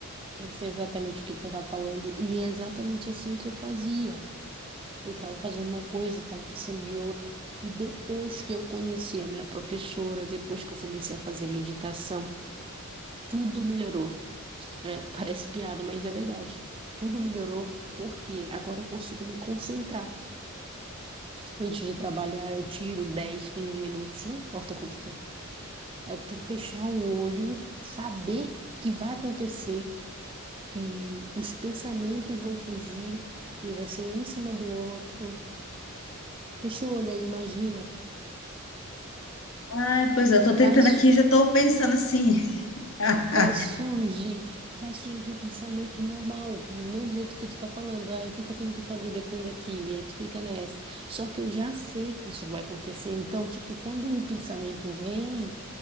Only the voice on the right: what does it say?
Eu sei exatamente o que tu tá falando e é exatamente assim que eu fazia. Eu tava fazendo uma coisa, tava pensando em outra. E depois que eu conheci a minha professora, depois que eu comecei a fazer meditação, tudo melhorou. É, parece piada, mas é verdade. Tudo melhorou porque agora eu consigo me concentrar. Antes de trabalhar, eu tiro 10, 15 minutos, não importa quanto tempo. É tu fechar o olho, saber que vai acontecer, que os pensamentos vão surgir e vai ser um em cima do outro. Fecha o olho aí, imagina.
Vai,
su-
vai surgir, vai surgir pensamento normal, do mesmo jeito que tu tá falando. Ah, o que que eu tenho que fazer depois daqui? E aí tu fica nessa. Só que eu já sei que isso vai acontecer. Então, tipo, quando um pensamento vem.